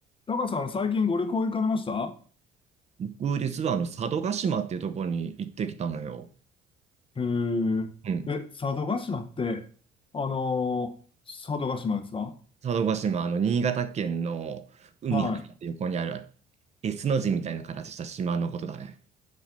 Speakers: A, on the left; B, on the right.
A: タカさん、最近ご旅行行かれました
B: 僕、実はあの、佐渡島っていうところに行ってきたのよ。
A: へ
B: うん。
A: え。え、佐渡島って、あのー佐渡島ですか
B: 佐渡島、あの、新潟県の海入って横にある
A: は
B: S の字みたいな形した島のことだね。